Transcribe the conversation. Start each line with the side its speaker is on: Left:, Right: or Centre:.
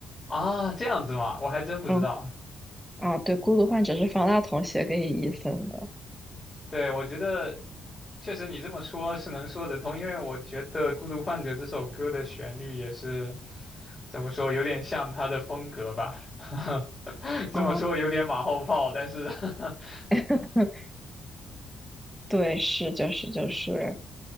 Left: 啊，这样子吗？我还真不知道。
Centre: 哎嗯啊，对，《孤独患者》是方大同写给伊森的，
Left: 对，我觉得确实你这么说是能说得通，因为我觉得《孤独患者》这首歌的旋律也是怎么说，有点像他的风格吧。<laughs> 这么说有点马后炮，
Centre: 啊，
Left: 但是 <laughs>
Centre: <laughs> 对，是，就是就是，